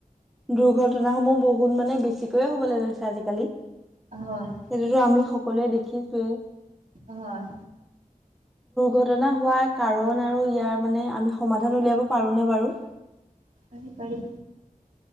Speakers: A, in the centre; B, on the right (about 70°).
A: দুৰ্ঘটনাসমূহ বহুত মানে বেছিকৈয়ে হ'বলৈ লৈছে আজিকালি সেইটোতো
B: হয়
A: আমি সকলোৱে দেখিছোৱেই।
B: হয়
A: ঘটনা হোৱাৰ কাৰণ আৰু ইয়াৰ মানে আমি সমাধান উলিয়াব পাৰোনে বাৰু
B: পাৰি-পাৰি